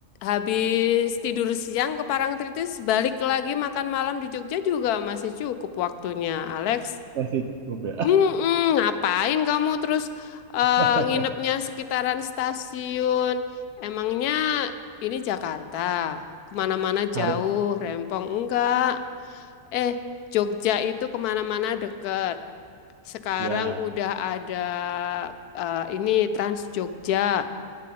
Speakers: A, on the left; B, on the right.
A: habis tidur siang ke Parangtritis, balik lagi makan malam di Jogja juga masih cukup waktunya, Alex.
B: Masih cukup ya.
A: Mm-mm, ngapain kamu terus eh,
B: <laughs>
A: nginepnya sekitaran stasiun? Emangnya ini Jakarta, kemana-mana
B: Harus.
A: jauh, rempong enggak? Eh, Jogja itu kemana-mana deket. Sekarang
B: Ya.
A: udah ada eh, ini Trans Jogja.